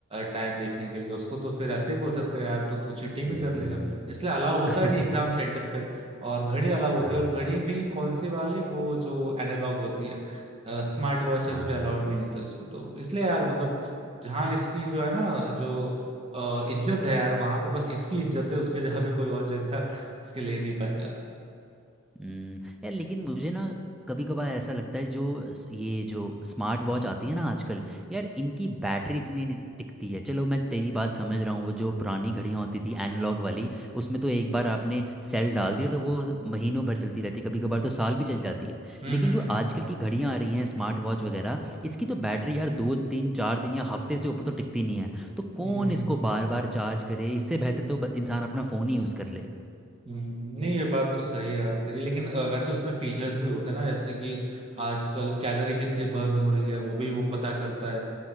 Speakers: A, on the right (about 30°); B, in the centre.
A: टाइम देखने के लिए उसको तो फिर ऐसे ही बोल सकते हैं यार तू तो चीटिंग
B: हम्म,
A: भी कर लेगा इसलिए अलाउ होता
B: <laughs>
A: है नहीं एग्जाम सेंटर पे और घड़ी अलाउ होती
B: हाँ
A: है और घड़ी भी कौन सी वाली वो जो एनालॉग होती है स्मार्ट वॉचेस
B: हाँ
A: भी अलाउड नहीं होते उसको तो इसलिए यार मतलब जहाँ इसकी जो है ना जो अ, इज्जत है यार वहां पे बस इसकी इज्जत है उसके जगह पे कोई और जगह <laughs> उसके ले नहीं पाएगा
B: हम्म, यार लेकिन मुझे ना कभी कभार ऐसा लगता है जो स- ये जो स्मार्ट वॉच आती है ना आजकल यार इनकी बैटरी इतनी नहीं टिकती है चलो मैं तेरी बात समझ रहा हूँ वो जो पुरानी घड़ियाँ होती थी एनालॉग वाली उसमें तो एक बार आपने सेल डाल दिया तो वो महीनों भर चलती रहती कभी कभार तो साल भी चल जाती है
A: हम्म
B: लेकिन जो
A: हम्म
B: आजकल की घड़ियाँ आ रही हैं स्मार्ट वॉच वगैरह इसकी तो बैटरी यार दो तीन चार दिन या हफ्ते से ऊपर तो टिकती नहीं है तो कौन
A: हम्म
B: इसको
A: हम्म।
B: बार बार चार्ज करे इससे बेहतर तो ब- इंसान अपना फ़ोन ही यूज़ कर ले
A: हम्म, नहीं ये बात तो सही है यार तेरी लेकिन अ, वैसे उसमें फीचर्स भी होते हैं ना जैसे कि आजकल कैलोरी कितनी बर्न हो रही है वो भी वो पता करता है